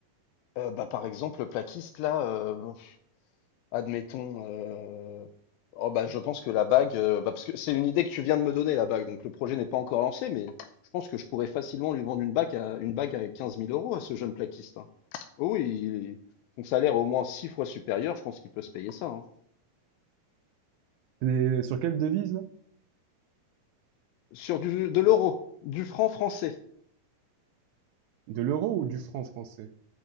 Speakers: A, on the left; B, on the right.
A: Euh, bah, par exemple, le plaquiste, là, euh, Admettons, heu, oh bah, je pense que la bague, heu, bah, parce que c'est une idée que tu viens de me donner la bague, donc le projet n'est pas encore lancé, mais je pense que je pourrais facilement lui vendre une bague à une bague à 15 000 euros à ce jeune plaquiste, hein. Oh Oui, il est- son salaire est au moins 6 fois supérieur, je pense qu'il peut se payer ça, hein.
B: Et sur quelle devise, là?
A: Sur du de l'euro, du franc français,
B: De l'euro ou du franc français?